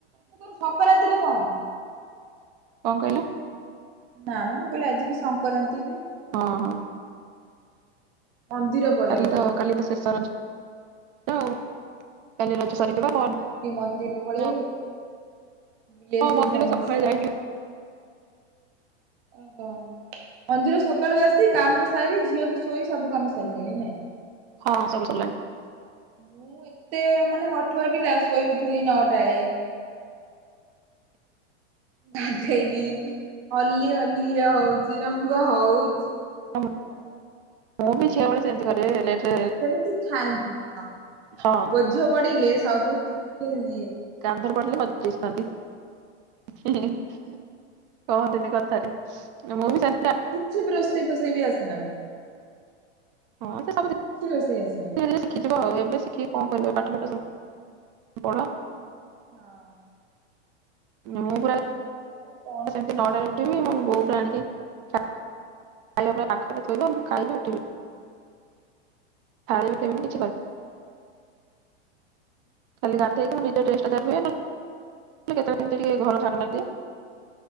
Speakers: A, on the right; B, on the right.
A: ତୋର ସକ୍ରାନ୍ତିରେ କଣ?
B: କଣ କହିଲ
A: ନା ମ ମୁଁ କହିଲି ଆଜି ବି ସଂକ୍ରରାନ୍ତି ବି
B: ହଁ ହଁ
A: ମନ୍ଦିର ପଳେଇବ
B: କାଲି ତ
A: ଟିକେ।
B: କାଲି ତ ଶେଷର ତ ଆଉ କାଲି ରଚ ସରିଯିବ
A: ହଁ
B: ପହରଦିନ
A: ଆଜି ଟିକେ ମନ୍ଦିର ପଳେଇବି ବୁଲି ଆସିବି
B: ହଁ ମନ୍ଦିର
A: ଫ୍ୟାମିଲି
B: ସଖାଲେ
A: ସହ
B: ଯାଇ ଥିଲି
A: ଓହୋ ମନ୍ଦିର ସକାଳୁ ଆସି କାମ ସାରି ଝିଅ କୁ ସୋଇ ସବୁ କାମ ସାଲିନି ନାହିଁ
B: ହଁ ସବୁ ସରିଲାଣି
A: ମୁଁ ଏତେ ମାନେ ମଠୁଆ ପିଲା ଶୋଇ ଉଠିଲି ନଅଟା ଳେ ଗାଧେଇକି ହଲି ହଲି ଇଏ ହଉଛି ରଙ୍ଗ ହଉଛି ସେଇ ହଉଛି
B: ହଁ,
A: ଆଉ
B: ମୁଁ ବିି ଝିଅବେଳେ ସେମିନ୍ତି କରିବି ଲେଟ୍ ରେ
A: ସେମିତି ଥାଆନ୍ତି ହଁ
B: ହଁ
A: ବୋଝ ପଡିଲେ ସବୁ <unintelligible>
B: କାନ୍ଧରେ ପଡ଼ିଲେ ମ ଦେଇସିନ୍ତି ହିଁ ହିଁ କହନ୍ତିିନି କଥାରେ ମୁଁ ବି ଜ
A: କିଛି ପ୍ର ରୋଷେଇ ପସେଇ ବି ଆସେ ନା ମତେ
B: ହଁ ସେ
A: କିଛି ରୋଷେଇ ଆସେନି
B: ଶିଖିଯିବ ଆଉ ଏବେ ଶିଖିକି କଣ କରିବ ପାଠଠ ପଡ
A: ହଁ
B: ମୁଁ
A: ଚାଲିଛି
B: ପୁରା
A: ଆଉ କଣ
B: ସେମିତି
A: କରିବି
B: ନଅଟାରେ ଉଠିବି ମୁଁ ବୋଉ ପା ଆଣିକି ଖାଇବା ପାଇଁ ପାଖରେ ଥୋଇବ ମୁଁ ଖାଇବି ଉଠିବି ଥାଳି ବି ଉଠବିନେ
A: ଆଚ୍ଛା
B: ଖାଲି ଗାଧଇକି ମୁଁ ନିଜେ ଡ୍ରେସ ଟା ଯା ଧୁଏ ନ ହେଲେ କେତେବେଳେକେମିତି ଟିକେ ଘର ଝାଡୁ
A: ହୁଁ
B: ମାରିଦିଏ